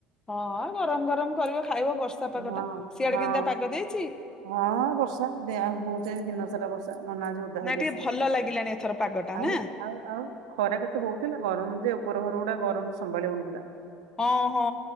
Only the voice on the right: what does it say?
ହଁ
ହଁ
ହଁ ବର୍ଷା ଦେହା ହଉଚି ଆଜି ଦିନସାରା ବର୍ଷା ନନା ଆଜି ଉଠି ଦା ହେଇକି
ଆସିଲେ
ଆଉ
ଆଉ ଆଉ ଖରା କେତେ ହଉଥିଲା ଗରମ ଯେ ଉପର ଘରଗୁଡା ଗରମ ସମ୍ଭାଳି ହଉନଥିଲା।